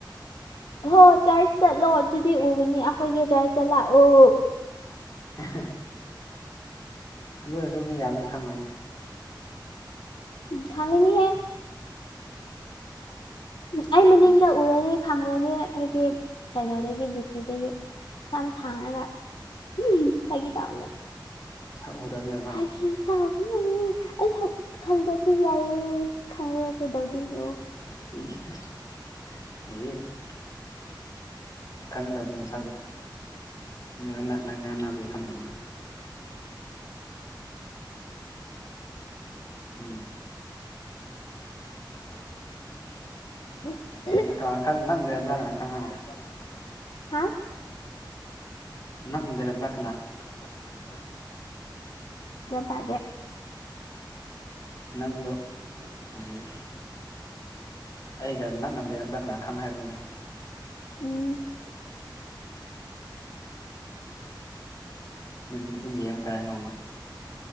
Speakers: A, on the left; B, on the left.
A: ꯍꯣ ꯆꯔꯆ ꯆꯠꯂꯣ ꯑꯗꯨꯗꯤ ꯎꯒꯅꯤ ꯑꯩꯈꯣꯏꯒꯤ ꯆꯔꯆꯇ ꯂꯥꯛꯑꯣ
B: ꯑꯍꯦ ꯑꯗꯨ ꯑꯣꯏꯔꯁꯨ ꯃꯤ ꯌꯥꯝꯅ ꯈꯪꯉꯣꯏꯅꯤ
A: ꯈꯪꯉꯥꯅꯤ
B: <inaudible>
A: ꯑꯩ
B: ꯀꯃꯥꯏꯅ
A: ꯃꯅꯤꯡꯗ ꯎꯔꯗꯤ ꯈꯪꯔꯅꯤ ꯑꯩꯒꯤ ꯀꯩꯅꯣꯗꯒꯤ
B: ꯎꯝ
A: ꯗꯤꯄꯤꯗꯒꯤ ꯁꯝ ꯁꯥꯡꯔꯒ ꯎꯝ ꯐꯒꯤ ꯇꯧꯕꯅꯦ
B: ꯁꯛꯎꯗꯕꯅꯤꯅ
A: ꯐꯒꯤ ꯇꯧꯕꯅꯦ ꯑꯩ ꯁꯛ ꯈꯪꯗ꯭ꯔꯖꯨ ꯌꯥꯏꯌꯦ ꯈꯪꯉ ꯀꯩꯗꯧꯗꯣꯏꯅꯣ
B: <unintelligible>
A: <unintelligible>
B: ꯅꯪ ꯉꯥꯡꯅꯕꯒꯤ ꯈꯪꯗꯕꯅꯤ ꯎꯝ
A: <inaudible>
B: ꯀꯅꯥ ꯀꯅꯥ ꯈꯪ ꯅꯪ ꯂꯩꯔꯝꯕ꯭ꯔꯥ ꯀꯅꯥ ꯈꯪ <unintelligible>
A: <unintelligible> ꯍꯥ
B: <unintelligible>
A: <unintelligible> ꯒ꯭ꯌꯥꯟ ꯇꯥꯗꯦ
B: ꯅꯪꯗꯣ
A: ꯅꯪꯗꯣ
B: ꯎꯝ ꯑꯩꯒ ꯅꯛꯅ ꯂꯩꯔꯝꯕ ꯀꯅꯥ ꯈꯪ ꯍꯥꯏꯕꯅꯤꯗ
A: ꯎꯝ
B: ꯑꯗꯨꯗꯤ ꯑꯗꯨꯝ ꯌꯦꯡꯕ ꯇꯥꯔꯦ ꯅꯣꯡꯃ